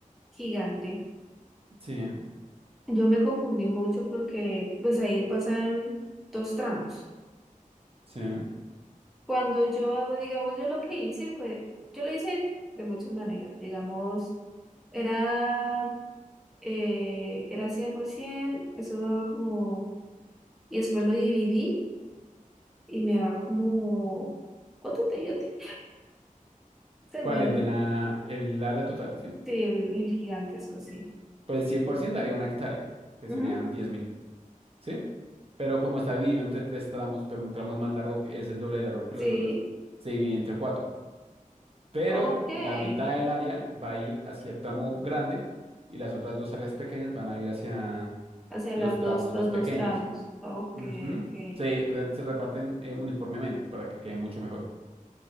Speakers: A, in the centre; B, on the right.
A: gigante,
B: sí,
A: yo me confundí mucho porque, pues ahí pasan dos tramos.
B: sí.
A: Cuando yo hago, digamos, yo lo que hice, pues, yo lo hice de muchas maneras. Digamos, era, eh, era 100%, eso daba como. Y después lo dividí y me daba como... ¿Cuánto te di a ti? Se
B: ¿Cuál?
A: me olvidó.
B: El de la, el área total, ¿sí?
A: Sí, el, el gigantesco, sí.
B: Pues 100% daría una hectárea, que
A: Ujú.
B: serían diez mil ¿sí? Pero como está dividido entre tres tramos, pero un tramo es más largo, que es el doble de largo que
A: Sí,
B: los otros, se divide entre cuatro. pero
A: ok.
B: la mitad del área va a ir hacia el tramo grande y las otras dos áreas pequeñas van a ir hacia
A: O sea,
B: los
A: las dos,
B: tramos
A: los
B: más
A: dos
B: pequeños.
A: tramos. Ok,
B: Ujú.
A: ok.
B: Se, re- se reparten eh, uniformemente para que quede mucho mejor.